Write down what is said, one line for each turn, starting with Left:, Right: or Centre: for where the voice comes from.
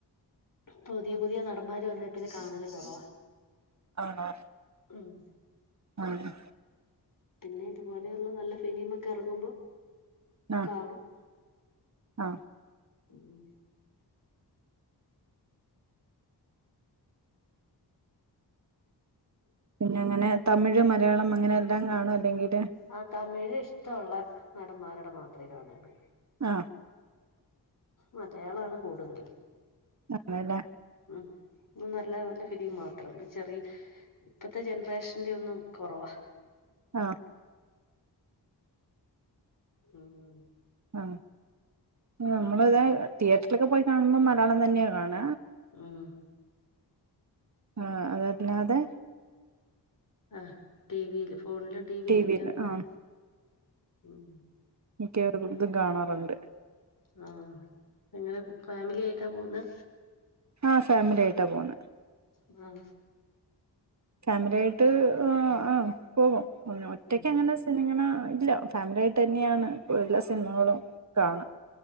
Left: പുതിയ പുതിയ നടന്മാര് വന്നെ പിന്നെ കാണല് കോറവാ.
Right: ആണോ
Left: ഉം.
Right: അതെ.
Left: പിന്നെ, ഇതുപോലെയുള്ള നല്ല ഫിലീമ് ഒക്ക എറങ്ങുമ്പോ
Right: ആ
Left: കാണും
Right: ആ
Left: ഉം.
Right: പിന്നെ അങ്ങനെ തമിഴ് മലയാളം അങ്ങനെ എല്ലാം കാണോ അല്ലെങ്കില്
Left: ആ, തമിഴ് ഇഷ്ടള്ള നടന്മാരുടെ മാത്രെ കാണോള്ളൂ.
Right: ആ
Left: മലയാളാണ് കൂടുതല്.
Right: ആണ് ലെ
Left: ഉം, നല്ല നല്ല ഫിലിം മാത്രം. ചെറി ഇപ്പത്തെ ജൻറേഷന്റെ ഒന്നും കോറവാ.
Right: ആ
Left: ഉം.
Right: ആ ആ നമ്മള് ഇതാ തിയേറ്റർലെക്കെ പോയി കാണുമ്പം മലയാളം തന്നെ കാണ
Left: ഉം.
Right: ആ അതല്ലാതെ
Left: അഹ്, ടി വില് ഫോൺലും ടിവിയിലൊക്കെ
Right: ടി വിൽ
Left: ആവുമ്പോ
Right: ആ
Left: ഉം.
Right: മിക്ക്യവർതും കാണാറുണ്ട്.
Left: ആ എങ്ങനെ ഫാമിലി ആയിട്ടാ പോവുന്നെ
Right: ആ ഫാമിലി ആയിട്ടാ പോണ്
Left: മ
Right: ഫാമിലി ആയിട്ട് ആ ആ പോകും ഒ ഒറ്റക്ക്
Left: ഉം
Right: അങ്ങനെ സ്ഥലങ്ങള ഇല്ല ഫാമിലി ആയിട്ടന്നെയാണ് എല്ലാ സിനിമകളും കാണ